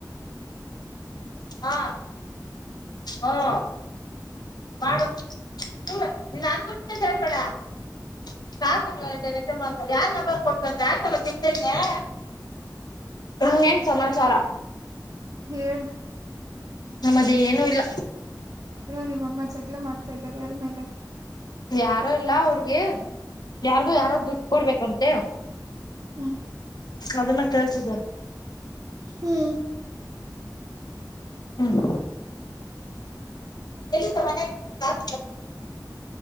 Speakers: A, on the left; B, on the right.
A: ಹಾ ಹ್ಮ ಮಾಡು ಹ ನೀನ್ ಅನ್ಕಟ್ಟನ್ಬಡ <inaudible> ಕಾ ನಿಜ ಯಾರಾರ್ ನಂಬರ್ ಕೊಟ್ಟನ್ ಯ ತಗ ತತೇನೆನೆ ಹ್ ಏನ್ ಸಮಾಚಾರ
B: ೇಳ್
A: ನಮ್ಮದ ಏನು ಇಲ್ಲ
B: ನಿಮ್ಮಮ್ಮ ಜಗ್ಲ ಮಾಡ್ತಾ ಇದಾರೆ ಅದ್ಮೇಲೆ
A: ಯಾರೋ ಇಲ್ಲ ಅವ್ರಿಗೆ ಯಾರ್ಗೋ
B: ಹ್ಮ್
A: ಯಾರ ದುಡ್ ಕೊಡ್ಬೇಕಂತೆ
B: ಹ್ಮ್
A: ಅದನ್ನ ಕೇಳ್ತಿದಿದ್ದಾರೆ
B: ಹ್ಮ್
A: ಹ್ಮ <inaudible> ಲ್ಲಿ ಸಮ